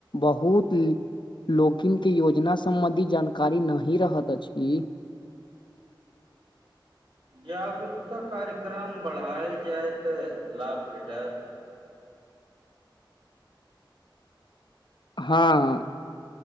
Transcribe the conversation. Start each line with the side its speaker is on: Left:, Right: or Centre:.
Left: बहुत ल लोकिनके योजना सम्बन्धी जानकारी नहि रहत अछि <inaudible>
Right: जागरूकता कार्यक्रम बढ़ायल जाय तऽ लाभ भेटत
Left: हँ